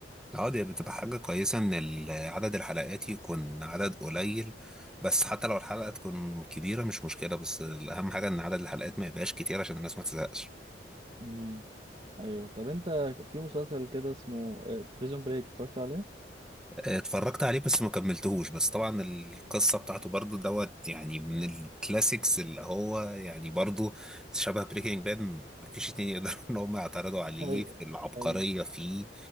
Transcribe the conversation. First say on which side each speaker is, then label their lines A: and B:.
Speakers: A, in the centre; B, on the right.
A: اه دي بتبقى حاجة كويسة ان ال- عدد الحلقات يكون عدد قليل بس حتى لو الحلقة تكون كبيرة مش مشكلة بس الأهم حاجة ان عدد الحلقات ما يبقاش كتير عشان الناس ما تزهقش
B: امم ايوه طب انت في مسلسل كده اسمه بريزون بريك اتفرجت عليه
A: اتفرجت عليه بس ما كملتهوش بس طبعا القصة بتاعته برضو دوت يعني من الكلاسيكس اللي هو يعني برضو شبه بريكنج باد مفيش اتنين يقدروا <laughs> ان هم يعترضوا عليه
B: ايوه
A: في العبقرية
B: ايوه
A: فيه